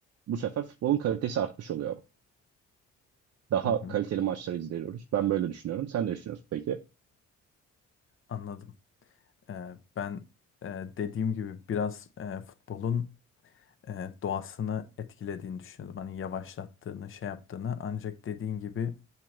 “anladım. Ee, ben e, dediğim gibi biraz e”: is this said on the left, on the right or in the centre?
Left